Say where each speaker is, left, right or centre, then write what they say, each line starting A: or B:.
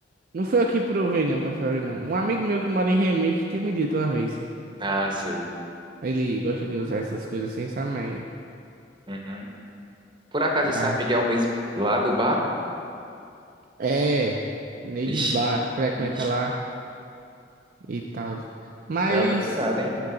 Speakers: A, on the right; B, on the right.
A: Não fui eu que provei, não, passarinho, não. Um amigo meu que mora em Remédio tinha me dito uma vez.
B: ah, sei.
A: Ele gosta de usar essas coisas assim, sabe? mas
B: Uhum. Por acaso
A: Já.
B: esse amigo é o mesmo lá do bar?
A: É. Neides
B: Vixe,
A: Bar, frequenta
B: vixe,
A: lá e tal. Mas.
B: bem-aventurado, hein?